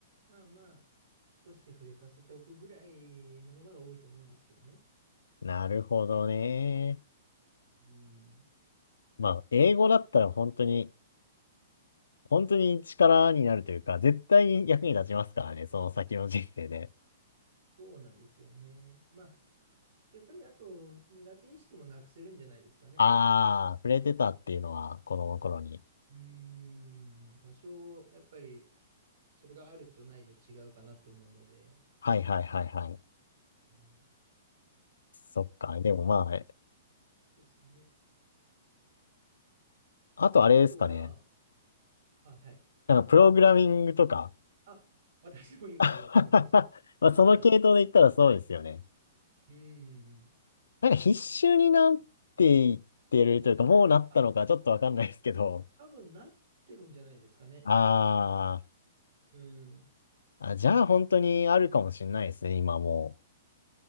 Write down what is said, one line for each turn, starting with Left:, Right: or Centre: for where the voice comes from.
Right: まあまあ、少し触れさせておくぐらいのものが多いと思うんですけどね。
Left: なるほどね
Right: うーん、
Left: まあ、英語だったら本当に、本当に力になるというか、絶対に役に立ちますからね、その先の人生で。
Right: そうなんですよね。まあやっぱりあと苦手意識もなくせるんじゃないですかね。
Left: ああ、触れてたっていうのは子供の頃に。
Right: うーん、多少やっぱりそれがあるとないじゃ違うかなって思うので。
Left: はいはいはいはい。
Right: うん
Left: そっか。でもま
Right: まあ、あとですね。
Left: あ、あとあれですかね。
Right: あとは、あ、はい。
Left: なんかプログラミングとか。
Right: あ、私も今言おうと思いました。
Left: <laughs> まあ、その系統で言ったらそうですよね。
Right: うん。うん。
Left: なんか必修になっていってるというか、もうなったのかちょっとわかんないですけど。
Right: あ、多分なってるんじゃないですかね。
Left: あ
Right: うん。
Left: ーあ、じゃあ本当にあるかもしれないですね、今も